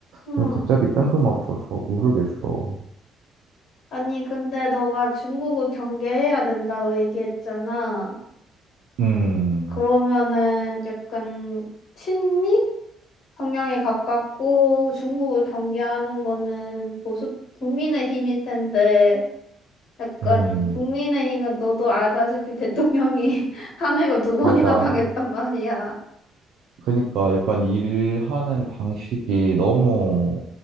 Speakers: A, on the left; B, on the right.
A: 음,
B: 좀 갑자기 뜬금없어서 모르겠어.
A: 아니, 근데 너가 중국을 경계해야 된다고 얘기했잖아.
B: 음,
A: 그러면은 약간, 친미? 성향에 가깝고 중국을 경계하는 거는 보수 국민의힘일 텐데 약간
B: 음,
A: 국민의힘은 너도 알다시피 대통령이 <laughs> 탄핵을 두 번이나
B: 맞아.
A: 당했단 말이야.
B: 그러니까 약간 일하는 방식이 너무